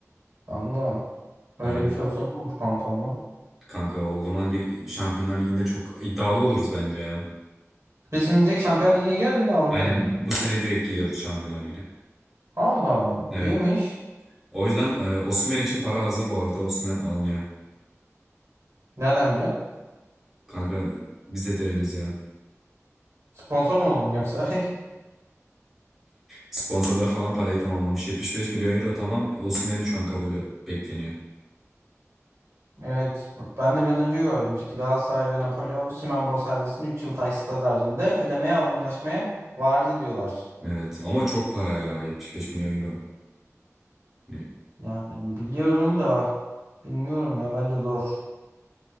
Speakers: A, on the right; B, in the centre.
A: Allah.
B: Aynen.
A: Öyle bir şey olsa ne olur kanka ama.
B: Kanka o zaman lig- Şampiyonlar Ligi'nde çok iddialı oluruz bence ya.
A: Biz şimdi direkt Şampiyonlar Ligi'ne gidiyor muyuz Avrupa
B: Aynen
A: Ligi'ne mi?
B: bu sene direkt gidiyoruz Şampiyonlar Ligi'ne.
A: Allah Allah.
B: Evet.
A: İyiymiş.
B: O yüzden e, Osimhen için para hazır bu arada. Osimhen alınıyor.
A: Nereden bileceksin?
B: Kanka biz de deriniz ya.
A: Sponsor mu oluyorsun yoksa? <laughs>
B: Sponsorlar falan parayı tamamlamış. 75 milyon euro tamam. Osimhen şu an kabulü bekleniyor.
A: Evet, ben de biraz önce gördüm işte Galatasaray ve Napoli Osimhen bonservisini 3 yıl taksitler halinde ödemeye anlaşmaya vardı diyorlar.
B: Evet ama çok para ya 75 milyon euro. Ne-
A: Yani biliyorum da bilmiyorum ya bence zor.